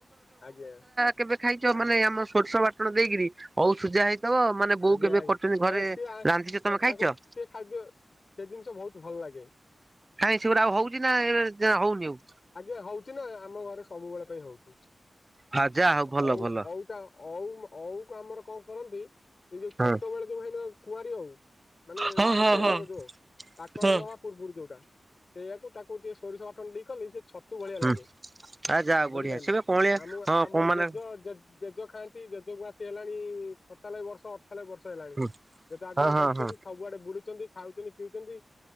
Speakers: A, on the left; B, on the right.
A: ଆଜ୍ଞା
B: କେବେ ଖାଇଛ ମାନେ ଆମ ସୋରିଷ ବାଟଣ ଦେଇକିରି ଓଉ ସିଜା ହେଇଥିବ। ମାନେ ବୋଉ
A: ଆଜ୍ଞା
B: କେବେ
A: ଆଜ୍ଞା
B: କରୁଛନ୍ତି ଘରେ
A: ଏ ସିଏ
B: ରାନ୍ଧିଛ ତମେ
A: ତାଙ୍କୁ
B: ଖାଇଛ?
A: ସେ ଖାଦ୍ୟ ସେ ଜିନିଷ ବହୁତ ଭଲ ଲାଗେ।
B: କାଇଁ ସେଗୁରା ଆଉ ହଉଛି ନା ଏବେ ହଉନି ଆଉ।
A: ଆଜ୍ଞା ହଉଛି ନା ଆମ ଘରେ ସବୁବେଳ ପାଇଁ ହଉଛି
B: ହଁ ଯା ହଉ ଭଲ
A: ଓଉ
B: ଭଲ
A: ଓଉଟା ଓଉ ଓଉ କୁ ଆମର କଣ କରନ୍ତି ଏଇ ଯୋଉ ଛୋଟ
B: ହଁ
A: ବେଳେ ଯୋଉ ହୁଏନି ନା କୁଆରୀ ଓଉ। ମାନେ
B: ହଁ
A: ଛୋଟ
B: ହଁ ହଁ
A: ବେଳର ଯୋଉ ଓଉ ପାକଳ
B: ହଁ।
A: ରହ ପୂର୍ବରୁ ଯୋଉଟା ସେଇୟା କୁ ତାକୁ ଟିକେ ସୋରିଷ ବାଟଣ ଦେଇ କଲେ ସେ ଛତୁ ଭଳିଆ
B: ହୁଁ
A: ଲାଗେ
B: ଆ ଯା ବଢିଆ
A: ବୁଝିପାରିଲେ
B: ସେବେ କଅଁଳିଆ
A: ଆମ
B: ହଁ
A: ଆମ
B: ମାନେ
A: ଜେଜ ଜେ ଜେଜ ଖାଆନ୍ତି ଜେଜକୁ ଆସି ହେଲାଣି ସତାଲବେ ବର୍ଷ ସତାଲବେ ବର୍ଷ ହେଲାଣି
B: ହଁ
A: ଯେତେ ଆଗେ
B: ହଁ
A: ବଞ୍ଚୁଛନ୍ତି
B: ହଁ।
A: ସବୁଆଡେ ବୁଲୁଛନ୍ତି ଖାଉଛନ୍ତି ପିଉଛନ୍ତି।